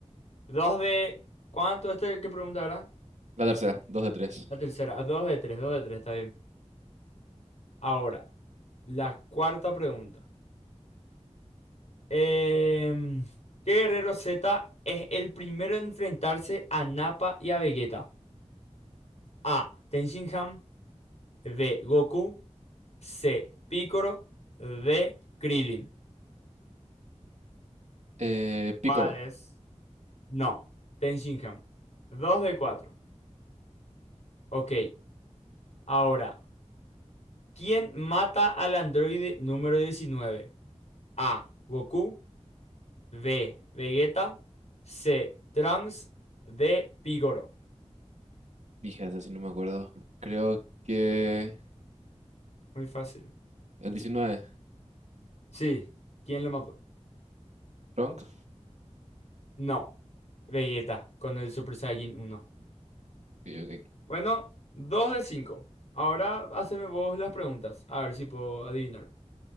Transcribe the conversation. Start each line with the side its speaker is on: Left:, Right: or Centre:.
Left: Dos de... ¿Cuánto? Esta es que pregunta, ¿verdad?
Right: La tercera, dos de tres.
Left: La tercera. Ah, Dos de tres, dos de tres, está bien. Ahora, la cuarta pregunta. Em, ¿qué guerrero Z es el primero en enfrentarse a Nappa y a Vegeta? A. Tenshinhan. B. Goku. C. Piccolo. D. Krillin.
Right: Eh, Picoro.
Left: ¿Cuál es? No, Tenshinhan. Dos de cuatro. Ok, ahora, ¿quién mata al androide número diecinueve A. Goku. B. Vegeta. C. Trunks. D. Pigoro.
Right: Dije esa, si no me acuerdo. Creo que.
Left: Muy fácil.
Right: El diecinueve
Left: Sí. ¿Quién le mató?
Right: Trunks.
Left: No. Vegeta con el Super Saiyan uno.
Right: Ok, ok.
Left: Bueno, 2 de 5. Ahora haceme vos las preguntas. A ver si puedo adivinar.